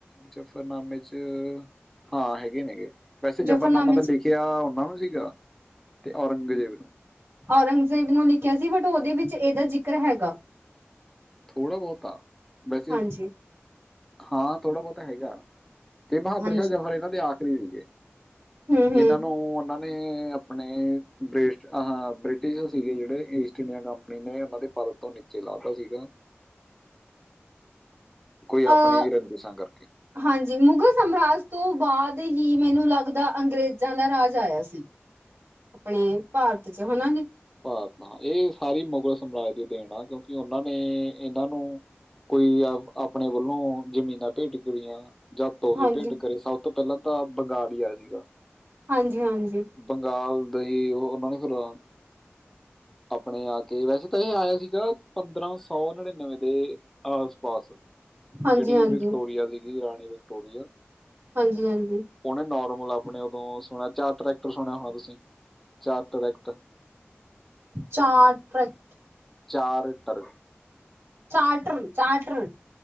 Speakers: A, in the centre; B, on the right (about 70°).
A: ਜਾਫਰਨਾਮੇ'ਚ ਹਾਂ, ਹੈਗੇ ਨੇ ਗੇ। ਵੈਸੇ, ਜਫਰਨਾਮਾ
B: ਜਫ਼ਰਨਾਮੇ
A: ਤਾਂ
B: ਚ
A: ਲਿਖਿਆ ਓਨਾਂ ਨੂੰ ਸੀਗਾ ਤੇ ਔਰੰਗਜ਼ੇਬ ਨੂੰ।
B: ਔਰੰਗਜ਼ੇਬ ਨੂੰ ਲਿਖਿਆ ਸੀ ਬਟ ਓਦੇ ਵਿੱਚ ਏਦਾ ਜ਼ਿਕਰ ਹੈਗਾ।
A: ਥੋੜ੍ਹਾ ਬੋਤ ਆ ਵੈਸੇ,
B: ਹਾਂਜੀ
A: ਹਾਂ ਥੋੜਾ ਬੋਤਾ ਹੈਗਾ। ਤੇ ਬਹਾਦਰ
B: ਹਾਂਜੀ
A: ਸ਼ਾਹ ਜਫ਼ਰ ਏਨਾਂ ਦੇ ਆਖਰੀ ਸੀਗੇ,
B: ਹਮ
A: ਜਿਨਾਂ
B: ਹਮ
A: ਨੂੰ ਓਨਾਂ ਨੇ ਨੇ ਅਪਣੇ ਬ੍ਰਿਸ਼ਟ ਹਾਂ ਬ੍ਰਿਟਿਸ਼ਰ ਸੀਗੇ ਜੇੜੇ ਈਸਟ ਇੰਡੀਆ ਕੰਪਨੀ ਨੇ ਉਹਨਾਂ ਦੇ ਪਰ ਤੋਂ ਨੀਚੇ ਲਾਤਾ ਸੀਗਾ। ਕੋਈ ਆਪਣੀ
B: ਅਹ
A: ਈ ਰੰਜਿਸ਼ਾਂ ਕਰਕੇ।
B: ਹਾਂਜੀ, ਮੁਗ਼ਲ ਸਮਾਰਾਜ ਤੋਂ ਬਾਦ ਹੀ ਮੈਨੂੰ ਲੱਗਦਾ ਅੰਗਰੇਜ਼ਾਂ ਦਾ ਰਾਜ ਆਇਆ ਸੀ। ਆਪਣੇ ਭਾਰਤ ਚ, ਹਨਾ ਜੀ?
A: ਭਾਰਤਾਂ ਏਹ ਸਾਰੀ ਮੁਗ਼ਲ ਸਮਰਾਜ ਦੀ ਦੇਣ ਆ ਕਿਉਂਕਿ ਉਹਨਾਂ ਨੇ ਏਹਨਾਂ ਨੂੰ ਕੋਈ ਆਪ ਆਪਣੇ ਵੱਲੋਂ ਜ਼ਮੀਨਾਂ ਭੇਟ ਕਰਿਆ। ਜਾਂ ਤੋਹਫ਼ੇ
B: ਹਾਂਜੀ
A: ਭੇਟ ਕਰੇ, ਸਭ ਤੋਂ ਪੈਲਾਂ ਤਾਂ ਬੰਗਾਲ ਹੀ ਆਜੇਗਾ।
B: ਹਾਂਜੀ, ਹਾਂਜੀ।
A: ਬੰਗਾਲ ਦਈ ਓਹ ਬੰਦਖੂਰਾ ਅਪਣੇ ਆ ਕੇ ਵੈਸੇ ਤਾਂ ਏਹ ਆਇਆ ਸੀਗਾ ਪੰਦਰਾਂ ਸੌ ਨੜ੍ਹਿਨਵੇਂ ਦੇ ਆਸ-ਪਾਸ।
B: ਹਾਂਜੀ
A: ਜੇੜੀ
B: ਹਾਂਜੀ
A: ਵਿਕਟੋਰੀਆ ਸੀਗੀ, ਰਾਣੀ ਵਿਕਟੋਰੀਆ
B: ਹਾਂਜੀ, ਹਾਂਜੀ।
A: ਹੂਨੇ ਨੋਰਮਲ ਆਪਣੇ ਓਦੋਂ ਸੁਣਿਆ ਚਾਰ ਟਰੈਕਟਰ ਸੁਣਿਆ ਹੋਣਾ ਤੁਸੀਂ ਚਾਰ ਟਰੈਕਟਰ
B: ਚਾਰ ਟਰੈਕ
A: ਚਾਰ ਟਰ
B: ਚਾਰਟਰਰ-ਚਾਰਟਰ